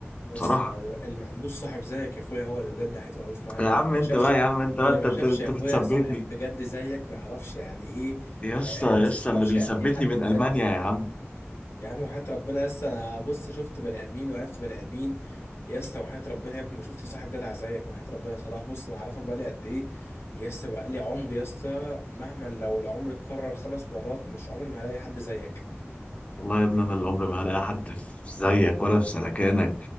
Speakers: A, on the left (about 75°); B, on the left (about 30°).
A: بس
B: بصراحه
A: اللي ما عندوش صاحب زيك يا اخويا هو اللي بجد حياته ملوش معنى
B: يا
A: اللي
B: عم
A: ما
B: انت
A: شافش
B: بقى يا عم انت بقى
A: اللي
B: انت
A: ما شافش
B: انت أنت
A: يا اخويا
B: بتثبتني
A: صاحب بجد زيك ما يعرفش يعني ايه
B: يا
A: حياة
B: اسطى يا
A: بس
B: اسطى
A: ما يعرفش
B: اللي بيثبتني
A: يعني ايه حد
B: من
A: بجد
B: المانيا يا عم
A: يا عم وحياة ربنا يس انا بص شفت بني ادمين وعرفت بني ادمين يس وحياة ربنا يا ابني ما شفت صاحب جدع زيك وحياة ربنا صلاح بص انا عارفك بقالي قد ايه يس بقالي عمر يس مهما لو العمر اتكرر خمس مرات مش عمري ما هلاقي حد زيك
B: والله يا ابني انا اللي عمري ما هلاقي حد في زيك ولا في سلكانك